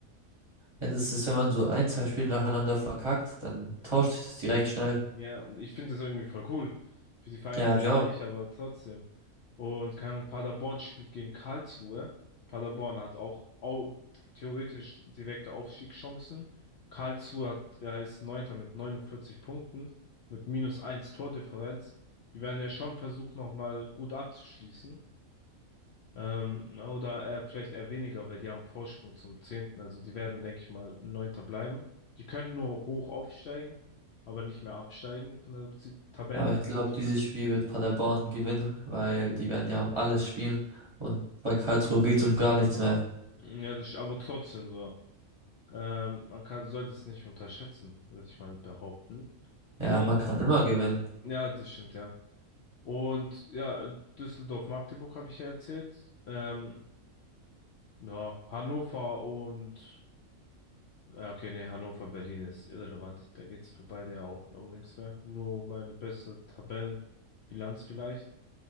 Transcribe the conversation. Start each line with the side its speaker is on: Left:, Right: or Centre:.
Right: Ja, das ist, wenn man so ein, zwei Spiele nacheinander verkackt, dann tauscht sich das direkt schnell.
Left: Ja, und ich finde das irgendwie voll cool. Für die Vereine
Right: Ja,
Left: selber
Right: ich auch.
Left: nicht, aber trotzdem. Und keine Ahnung, Paderborn spielt gegen Karlsruhe. Paderborn hat auch, au- theoretisch direkte Aufstiegschancen. Karlsruhe hat, der ist Neunter mit 49 Punkten, mit minus eins Tordifferenz. Die werden ja schon versucht, nochmal gut abzuschließen. Ähm, na, oder äh, vielleicht eher weniger, weil die haben Vorsprung zum Zehnten. Also die werden, denke ich mal, Neunter bleiben. Die können nur hoch aufsteigen, aber nicht mehr absteigen von der Si- Tabellensituation
Right: Ja, aber ich glaube, dieses
Left: her.
Right: Spiel wird Paderborn gewinnen, weil die werden ja um alles spielen. Und bei Karlsruhe geht's um gar nichts mehr.
Left: Ja, das ist aber trotzdem so. Ähm, man kann, sollte es nicht unterschätzen, würde ich mal behaupten.
Right: Ja,
Left: Und,
Right: man kann immer gewinnen.
Left: ja, das stimmt, ja. Und ja, Düsseldorf-Magdeburg habe ich ja erzählt. Ähm, ja, Hannover und Ja, okay, nee, Hannover, Berlin ist irrelevant. Da geht's für beide ja auch um nichts mehr. Nur meine beste Tabellenbilanz vielleicht.